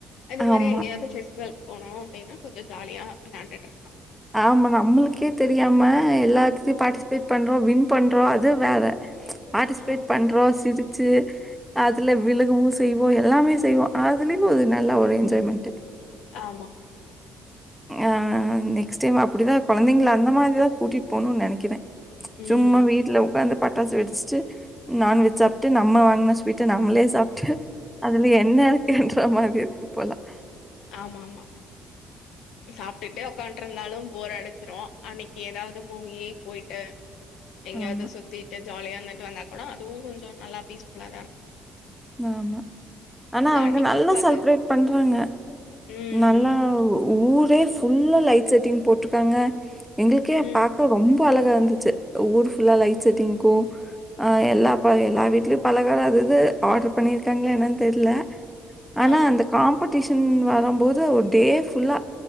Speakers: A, on the left; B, in the centre.
A: அது மாதிரி
B: ஆமா.
A: எங்கேயாவது ஃபெஸ்டிவல்குக்கு போனோம் அப்படின்னா கொஞ்சம் ஜாலியா விழாண்டுட்டு இருக்கலாம்
B: ஆமா நம்மளுக்கே தெரியாம எல்லாத்தையும் பார்ட்டிசிபேட் பண்றோம் வின் பண்றோம் அது வேற ச் பார்டிசிபேட்
A: ஆ
B: பண்றோ சி ச்சு அதுல விழுகுவோ செய்வோம் எல்லாமே செய்வோம் அதுலயே ஒரு நல்ல ஒரு என்ஜாய்மெண்ட்
A: ஆமா
B: ஆஹ் நெக்ஸ்ட் டைம் அப்படிதான் கொழந்தைங்கள அந்த மாதிரிதான் கூட்டிட்டு போணும்னு நெனைக்கிறேன்
A: ம்
B: சும்மா வீட்டுல உக்காந்து பட்டாசு வெடிச்சுட்டு நான்வெஜ் சாப்பிட்டு நம்ம வாங்கின ஸ்வீட்ட நம்மளே சா சாப்பிட்டு அதுல என்ன இருக்குன்ற மாதிரி க்கு போலாம்
A: ஆமா ஆமா சாப்பிட்டுட்டு உக்கான்டு இருந்தாலும் போர் அடைச்சிரும் அன்னைக்கு ஏதாவது மூவி போயிட்டு எங்கேயாவது
B: ஆமா,
A: சுத்திட்டு ஜாலியா போய்ட்டு வந்தா கூட அதுவும் கொஞ்சம் நல்லா பீஸ்ஃபுல்லா தான் இருக்கும்
B: ஆமா ஆனா அவங்க
A: அன்னைக்குன்னு
B: நல்லா
A: பாத்து
B: செலிப்ரேட் பண்றாங்க
A: ம்
B: நல்லா ஊர் பேஸ் ஃபுல்லா லைட் செட்டிங் போட்டிருக்காங்க எங்களுக்கே
A: ம்
B: பாக்க ரொம்ப ப அழகா இருந்துச்சு ஊர் ஃபுல்லா லைட் செட்டிங்கு எல்லா எல்லார் வீட்லயு பலகார அது இது ஆர்டர் பண்ணியிருக்காங்களா என்னன்னு தெரியல ஆனா
A: ஆ
B: அந்த காம்படிஷன் வரம்போது ஒரு டே ஃபுல்லா